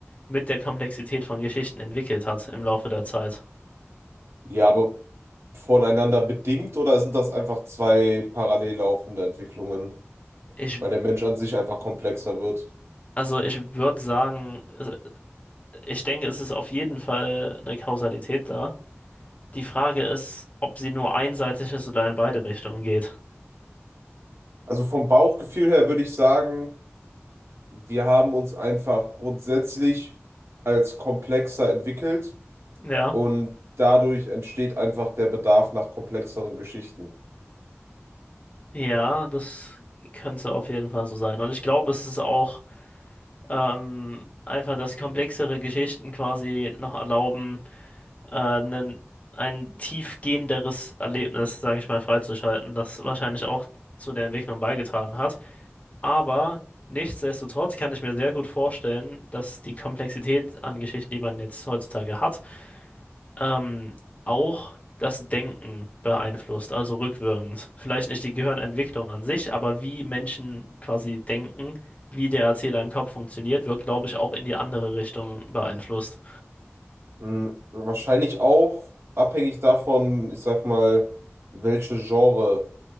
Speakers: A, on the left (about 30°); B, on the right (about 70°).
A: mit der Komplexität von Geschichten entwickelt hat im Laufe der Zeit.
B: Ja, aber voneinander bedingt oder sind das einfach zwei parallel laufende Entwicklungen?
A: Ich,
B: Weil der Mensch an sich einfach komplexer wird.
A: also ich würde sagen, also ich denke, es ist auf jeden Fall eine Kausalität da. Die Frage ist, ob sie nur einseitig ist oder in beide Richtungen geht.
B: Also vom Bauchgefühl her würde ich sagen, wir haben uns einfach grundsätzlich als komplexer entwickelt.
A: Ja.
B: Und dadurch entsteht einfach der Bedarf nach komplexeren Geschichten.
A: Ja, das könnte auf jeden Fall so sein. Und ich glaube, es ist auch ähm, einfach, dass komplexere Geschichten quasi noch erlauben, äh, nen- ein tiefgehenderes Erlebnis, sage ich mal, freizuschalten, das wahrscheinlich auch zu der Entwicklung beigetragen hat. Aber nichtsdestotrotz kann ich mir sehr gut vorstellen, dass die Komplexität an Geschichten, die man jetzt heutzutage hat, ähm, auch das Denken beeinflusst, also rückwirkend. Vielleicht nicht die Gehirnentwicklung an sich, aber wie Menschen quasi denken, wie der Erzähler im Kopf funktioniert, wird, glaube ich, auch in die andere Richtung beeinflusst.
B: Mhm. Wahrscheinlich auch abhängig davon, ich sag mal, welche Genre